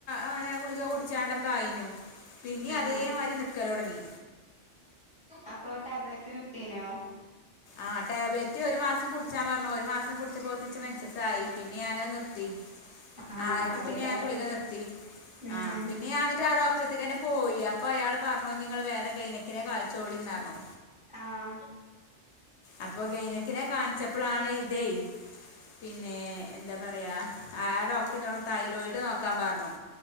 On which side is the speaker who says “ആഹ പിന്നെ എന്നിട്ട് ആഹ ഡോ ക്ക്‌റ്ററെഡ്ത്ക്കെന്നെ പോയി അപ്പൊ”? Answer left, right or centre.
Left